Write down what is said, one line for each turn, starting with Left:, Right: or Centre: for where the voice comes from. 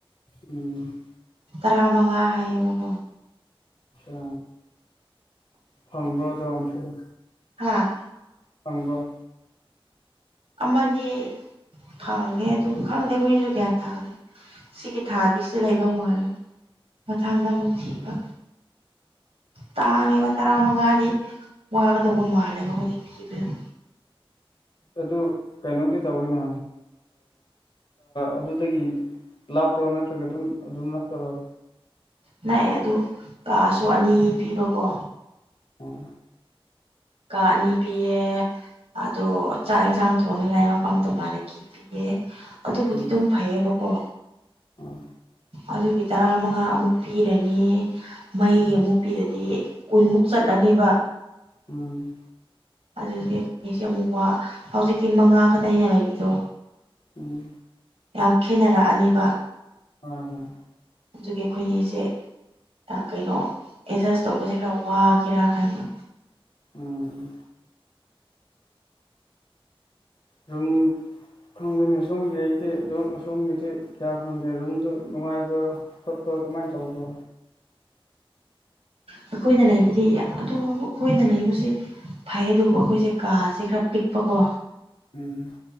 Left: ꯎꯝ
Right: ꯇꯔꯥꯃꯉꯥ ꯍꯥꯏꯌꯦꯕꯀꯣ
Left: ꯑ ꯐꯪꯕ꯭ꯔꯣ ꯑꯗꯣꯝꯗꯗꯤ
Right: ꯍꯥꯥ
Left: ꯐꯪꯕꯔꯣ
Right: ꯑꯃꯗꯤ ꯐꯪꯉꯦ ꯑꯗꯨ ꯈꯪꯗꯦ ꯑꯩꯈꯣꯏꯁꯨ ꯒ꯭ꯌꯥꯟ ꯇꯥꯔꯅꯤ ꯁꯤꯒꯤ ꯊꯥꯗꯤ ꯁꯤꯗ ꯂꯩꯗꯧ ꯃꯥꯜꯂꯦ ꯃꯊꯪꯗ ꯑꯃꯨꯛ ꯊꯤꯕ ꯇꯥꯡꯉꯦꯕ ꯇꯔꯥ ꯃꯉꯥꯗꯤ ꯋꯥꯒꯗꯧꯕ ꯃꯥꯜꯂꯦꯕ ꯍꯧꯈꯣꯏꯖꯤꯛ ꯄꯤꯕꯗꯣ
Left: ꯑꯗꯨ ꯀꯩꯅꯣꯗꯤ ꯇꯧꯋꯤꯅ ꯑꯗꯨꯗꯒꯤ ꯂꯥꯞꯄ꯭ꯔꯣ ꯅꯠꯇ꯭ꯔꯒ ꯑꯗꯨꯝ ꯑꯗꯨꯝ ꯅꯞꯄꯔꯣ
Right: ꯅꯥꯛꯑ ꯑꯗꯨ ꯀꯥꯁꯨ ꯑꯅꯤ ꯄꯤꯕꯀꯣ
Left: ꯎꯝ
Right: ꯀꯥ ꯑꯅꯤ ꯄꯤꯌꯦ ꯑꯗꯣ ꯆꯥꯛ ꯌꯦꯟꯁꯥꯡ ꯊꯣꯡꯅꯤꯡꯉꯥꯏ ꯃꯐꯝ ꯇꯣꯉꯥꯟꯅ ꯀꯤ ꯄꯤꯌꯦ ꯑꯗꯨꯕꯨꯗꯤ
Left: ꯎꯝ
Right: ꯑꯗꯨꯝ ꯐꯩꯌꯦꯕꯀꯣ
Left: ꯎꯝ
Right: ꯑꯗꯨꯒꯤ ꯇꯔꯥꯃꯉꯥ ꯑꯃꯨꯛ ꯄꯤꯔꯅꯤ ꯃꯩꯒꯤ ꯑꯃꯨ ꯄꯤꯔꯗꯤ ꯀꯨꯟꯃꯨꯛ ꯆꯠꯂꯅꯦꯕ
Left: ꯎꯝ
Right: ꯑꯗꯨꯗꯤ ꯐꯁꯦ ꯑꯃꯨꯛ ꯋꯥ ꯍꯧꯖꯤꯛꯇꯤ ꯃꯉꯥ ꯈꯛꯇꯅꯤꯅ ꯂꯩꯕꯤꯗꯣ
Left: ꯎꯝ
Right: ꯌꯥꯝ ꯈꯦꯅꯔꯛꯑꯅꯤꯕ
Left: ꯍꯣꯏ ꯍꯣꯏ
Right: ꯑꯗꯨꯒꯤ ꯑꯩꯈꯣꯏꯅꯤꯁꯦ ꯀꯩꯅꯣ ꯑꯦꯠꯖꯁ ꯇꯧꯕꯁꯦ ꯈꯔ ꯋꯥꯒꯦꯔꯥ ꯈꯟꯕ
Left: ꯎꯝ ꯑꯗꯨꯝ ꯈꯪꯗꯅꯤ ꯁꯣꯝꯒꯤ ꯑꯩꯗꯤ ꯑꯗꯨꯝ ꯁꯣꯝꯒꯤꯗꯤ ꯀꯌꯥ ꯈꯪꯗꯦ ꯔꯨꯝꯗꯨ ꯅꯨꯡꯉꯥꯏꯕ ꯐꯖꯕꯔꯥ ꯀꯃꯥꯏꯅ ꯇꯧꯕ
Right: ꯑꯩꯈꯣꯏꯅ ꯂꯩꯕꯗꯤ ꯑꯗꯨ ꯑꯩꯈꯣꯏꯅ ꯂꯩꯕꯁꯦ ꯐꯩ ꯑꯗꯨꯕꯨ ꯑꯩꯈꯣꯏꯁꯦ ꯀꯥꯁꯦ ꯈꯔ ꯄꯤꯛꯄꯀꯣ
Left: ꯎꯝ